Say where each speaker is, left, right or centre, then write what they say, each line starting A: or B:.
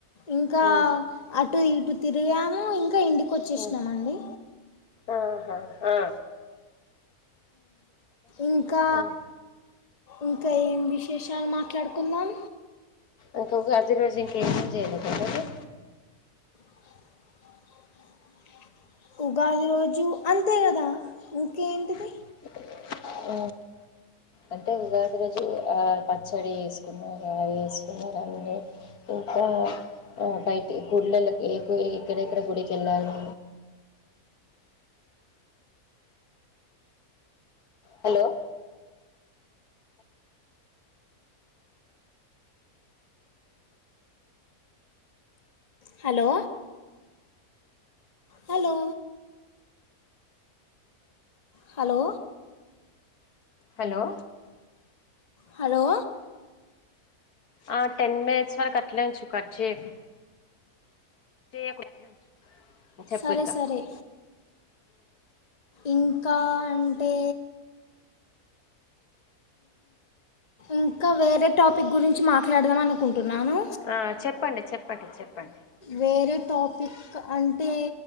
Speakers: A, on the left; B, on the left.
A: ఇంకా
B: మ్మ్
A: అటు ఇటు తిరిగాము ఇంకా ఇంటికి వచ్చేసినామండి
B: మ్మ్ ఆహా ఆ
A: ఇంకా
B: మ్మ్
A: ఇంకా ఏం విశేషాలు మా ట్లాడుకుందాం
B: అంక ఆది రోజు ఇంకేం చేయలేద
A: <inaudible> ఉగాది రోజు అంతే కదా ఇంకేంటిది
B: <inaudible> అంటే ఉగాది రోజు పచ్చడి వేసుకున్నారు అవి వేసుకున్నారు అన్నీ ఇంకా బయటి గుళ్ళలో ఎక్కడెక్కడ గుడికి వెళ్ళాలి
A: <inaudible>
B: hello
A: hello hello hello
B: hello
A: hello
B: ఆ టెన్ మినిట్స్ వరకు అట్లే ఉంచు కట్ చేయకు చేయకుండా చెప్పు
A: సరే
B: ఇంకా
A: సరే ఇంకా అంటే ఇంకా వేరే టాపిక్ గురించి మాట్లాడదాం అనుకుం కుంటున్నాను
B: ఆ చెప్పండి చెప్పండి చెప్పండి
A: వేరే టాపిక్ అంటే